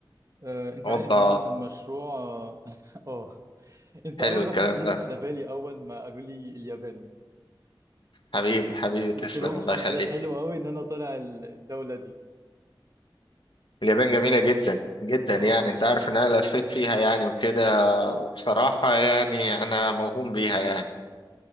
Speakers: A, on the right (about 40°); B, on the left (about 70°).
A: آه انت
B: اوضه
A: عارف ان انا في المشروع اه <laughs> آه، انت
B: حلو
A: اول
B: الكلام
A: واحد يجي
B: ده
A: على بالي اول ما قالوا لي اليابان
B: حبيبي حبيبي
A: قلت
B: تسلم
A: لهم حظي
B: الله يخليك
A: حلو قوي ان انا طالع ال- الدولة دي
B: اليابان جميله
A: اه
B: جدا جدا
A: آه.
B: يعني انت عارف ان انا لفيت فيها يعني وكده وبصراحه يعني انا موهوم بيها يعني